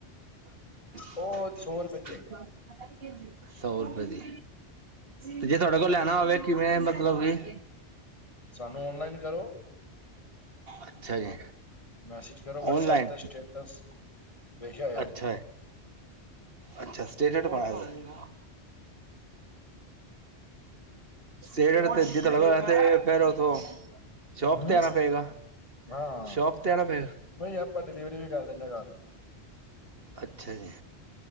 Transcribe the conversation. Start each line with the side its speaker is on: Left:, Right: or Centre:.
Right: <inaudible>
Left: ਉਹ ਸੌ ਰੁਪਏ ਦੀ ਹੈਗੀ
Right: ਸੌ ਰੁਪਏ ਦੀ। ਤੇ ਜੇ ਤੁਹਾਡੇ ਕੋਲ ਲੈਣਾ ਹੋਵੇ ਕਿਵੇਂ ਮਤਲਬ ਕਿ <inaudible>
Left: ਸਾਨੂੰ ਔਨਲਾਈਨ ਕਰੋ।
Right: ਅੱਛਾ ਜੀ
Left: ਮੈਸੇਜ ਕਰੋ ਵਟਸਐਪ
Right: ਔਨਲਾਈਨ
Left: ਤੇ ਸਟੇਟਸ ਵੇਖਿਆ
Right: ਅੱਛਾ ਅੱਛਾ ਸਟੇਟਟ ਪਾਇਆ ਦਾ ਸਟੇਟਟ ਤੇ ਜਿਦਾ ਲਗਾ ਹੋਇਆ ਫੇਰ ਉੱਥੋਂ
Left: ਹਮ
Right: ਸ਼ੋਪ ਤੇ ਆਣਾ ਪਏਗਾ।
Left: ਹਾਂ,
Right: ਸ਼ੋਪ ਤੇ ਆਣਾ ਪਏਗਾ
Left: ਨਹੀ ਆਪਾਂ ਡਿਲੀਵਰੀ ਵੀ ਕਰ ਦਿੰਨੇ ਘਰ।
Right: ਅੱਛਾ ਜੀ।